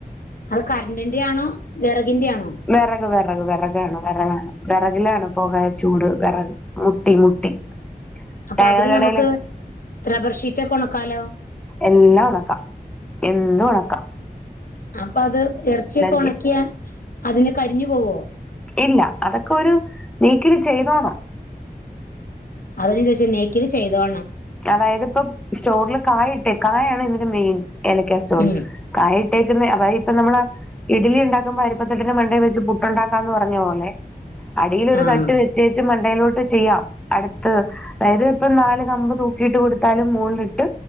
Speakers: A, on the left; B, in the centre.
A: അത് കരണ്ടിന്റെയാണോ വിറകിന്റെയാണോ?
B: വെറക് വെറക് വെറകാണ് വെറകാണ് വെറകിലാണ് പൊകായ ചൂട് വെറക് മുട്ടി മുട്ടി
A: അപ്പ
B: ടയർ
A: അതില്
B: കടയില്
A: നമുക്ക് റബ്ബർ ഷീറ്റൊക്കെ ഒണക്കാലോ
B: എല്ലാം ഒണക്കാം എന്തും ഒണക്കാം
A: അപ്പ അത് എറച്ചിയൊക്കെ ഒണക്കിയാ
B: ചെയ്യാം
A: അതിന് കരിഞ്ഞു പോവോ?
B: ഇല്ല അതൊക്കെ ഒരു നീക്കില് ചെയ്തോണം.
A: അത ഞാ ചോയ്ചെ നേക്കില് ചെയ്തോൾണം
B: അതായത് ഇപ്പം സ്റ്റോറില് കായ് ഇട്ടെ കായാണ് ഇതിന്റെ മെയിൻ ഏലക്ക സ്റ്റോർൽ
A: ഉം
B: കായിട്ടേക്കുന്ന അതായിപ്പൊ നമ്മള് ഇഡലിയുണ്ടാക്കുമ്പോ അരുപ്പത്തട്ടിന് മണ്ടേൽ വെച്ച് പുട്ടണ്ടാക്കാമ്ന്ന് പറഞ്ഞ പോലെ അടീയിലൊരു
A: ആഹ്
B: തട്ട് വെച്ചേച്ചും ഡൈലോട്ട് ചെയ്യാം അടുത്തത് അതയ്ത് പ്പൊ നാല് കമ്പ് തൂ ക്കിയിട്ട് കൊടുത്താല് മോള്ലിട്ട്